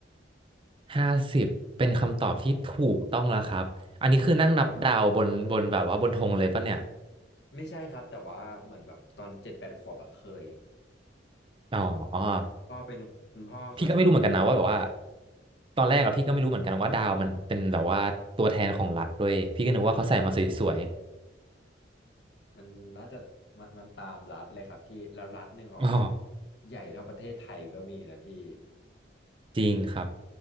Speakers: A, on the right (about 30°); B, on the left (about 65°).
A: ห้าสิบเป็นคำตอบที่ถูกต้องแล้วครับอันนี้คือนั่งนับดาวบนบนแบบว่าบนธงเลยปะเนี่ย
B: ไม่ใช่ครับแต่ว่าเหมือนแบบตอนเจ็ดแปดขวบอะเคย
A: อ๋อ
B: พ่อเป็นคุณพ่อเขาชอบ
A: พี่ก็ไม่รู้เหมือนกันนะว่าแบบว่าตอนแรกอะพี่ก็ไม่รู้เหมือนกันว่าดาวมันเป็นแบบว่าตัวแทนของรัฐด้วยพี่ก็นึกว่าเขาใส่มาสวย
B: มันน่าจะมันมันตามรัฐเลยครับพี่แล้วรัฐหนึ่งของเขา
A: ๆอ๋อ
B: ใหญ่เท่าประเทศไทยก็มีนะพี่
A: จริงครับ